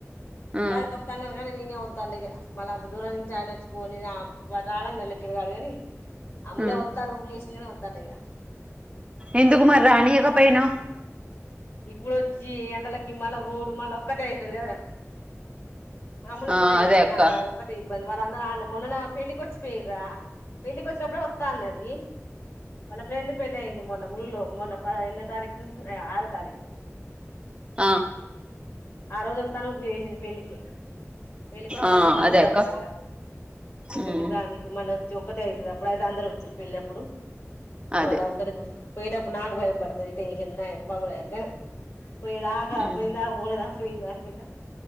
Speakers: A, on the right; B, on the left.
A: ఆ
B: ఉగాది కి వత్తా అన్నారు గానీ నేనే వద్ <unintelligible> మళ్ళా అంత దూరం నుంచి ఆయన వచ్చి పోని <unintelligible> గానీ అమ్ములే
A: ఆ
B: వస్తాను నువ్వు చేసిన <unintelligible> న్నయ్యా
A: ఎందుకు మరి రానీయక పోయినా
B: ఇప్పుడు ఈ ఎండలకి మల్ల పోవుడు మల్ల ఒక్కతే అయితది కదా రా అములు ఒక్కటే
A: ఆ
B: అయితది
A: అదే అక్క
B: నా ఒక్కటి ఇబ్బంది వాళ్లందరూ <unintelligible> మొన్నన్న పెళ్ళి వచ్చిపోయిరా పెళ్లికిచ్చినప్పుడు వస్తా అన్నది వళ్ళ ఫ్రెండ్ పెళ్లి అయింది మొన్న ముళ్లో మొన్న ప్ప ఎన్నో తారీకు ఆరు తారీఖు ఆ
A: ఆ
B: రోజు వస్తాను <unintelligible> చేసింది పెళ్ళికి పెళ్ళికి వస్తాంట
A: ఆ
B: వద్ద
A: అదే అక్క
B: అన్న ఇంకా పెళ్ళికి
A: ఉమ్
B: రాంది ఇప్పుడు మళ్ళీ ఒక్కతే అయ్యితది అప్పుడు అయితే అందరు వచ్చారు పెళ్లి అప్పుడు <unintelligible>
A: అదే
B: పోయేటప్పుడు నాకు భయం పడుతది <unintelligible> <unintelligible> పోయిదాకా
A: ఉమ్
B: పోయిందా పోలేదా పోయిందాకుంట